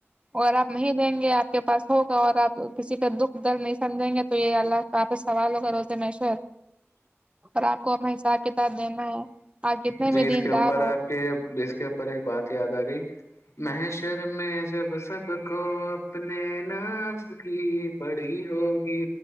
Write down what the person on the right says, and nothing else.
اور آپ نہیں دیں گے آپ کے پاس ہوگا اور آپ کسی کا دکھ درد نہیں سمجھیں گے تو یہ اللہ تو آپ سے سوال ہوگا روزے محشر اور آپ کو اپنا حساب کتاب دینا ہے آپ کتنے
بھی
دیندار
ہو